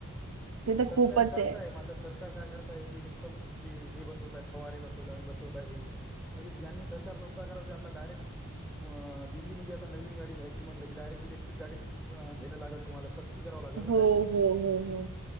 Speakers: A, on the right (about 75°); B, in the centre.
A: तिथे
B: सरकार
A: खूपच
B: करत आहे मात्र सरकार सरकार काय करताय ते नुसत हे बसवत फवारे बसव बसवत म्हणजे यांनी सरकार लोक काय करायला जाता डायरेक्ट म दिल्ली मध्ये नविन गडी घ्यायची म्हटल की डायरेक्ट इलेक्ट्रिक गाडी घेण लागेल तुम्हाला सक्ती कराव लागेल ना
A: हो,
B: काहीतरी
A: हो, हो, हो.